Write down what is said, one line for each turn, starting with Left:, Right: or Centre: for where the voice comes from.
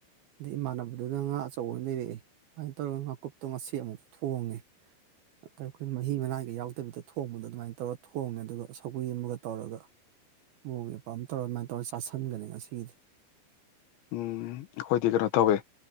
Right: ꯑꯗꯩ ꯏꯃꯥꯟꯅꯕꯗꯨꯅ ꯉꯥ ꯑꯆꯧꯕ ꯑꯣꯏꯅ ꯂꯩꯔꯛꯑꯦ ꯑꯗꯨꯃꯥꯏꯅ ꯇꯧꯔꯒ ꯉꯥꯀꯨꯞꯇꯣ ꯉꯁꯤ ꯑꯃꯨꯛ ꯊꯣꯡꯉꯦ ꯑꯩꯈꯣꯏꯅ ꯃꯍꯤ ꯃꯅꯥꯏꯒ ꯌꯥꯎꯗꯕꯤꯗ ꯊꯣꯡꯕꯗꯣ ꯑꯗꯨꯃꯥꯏꯅ ꯇꯧꯔ ꯊꯣꯡꯉꯦ ꯑꯗꯨꯒ ꯁꯧꯒꯔꯤ ꯑꯃꯒ ꯇꯧꯔꯒ ꯃꯑꯣꯡꯗ ꯃꯄꯥ ꯑꯃ ꯇꯧꯔ ꯑꯗꯨꯃꯥꯏꯅ ꯇꯧꯔ ꯆꯥꯁꯟꯒꯅꯤ ꯉꯁꯤꯒꯤꯗꯤ
Left: ꯎꯝ ꯑꯩꯈꯣꯏꯗꯤ ꯀꯩꯅꯣ ꯇꯧꯋꯦ